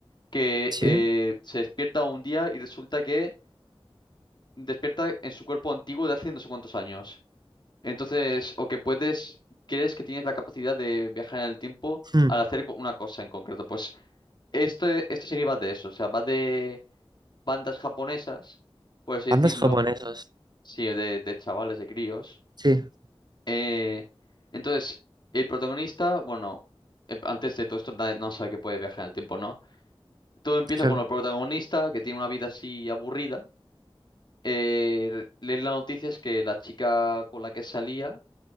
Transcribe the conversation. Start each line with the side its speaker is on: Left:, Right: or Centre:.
Left: que
Right: sí.
Left: eh, se despierta un día y resulta que despierta en su cuerpo antiguo de hace no sé cuántos años. Entonces, o que puedes, crees que tienes la capacidad de viajar en el tiempo
Right: Hmm.
Left: al hacer cu- una cosa en concreto. Pues este, este serie va de eso, o sea, va de bandas japonesas, por así decirlo,
Right: Bandas japonesas,
Left: sí, de de chavales, de críos
Right: sí.
Left: Eh, entonces, el protagonista, bueno, eh, antes de todo esto nadie- no sabe que puede viajar en el tiempo, ¿no? Todo empieza
Right: Claro.
Left: con el protagonista, que tiene una vida así aburrida. Eh, lee las noticias que la chica con la que salía,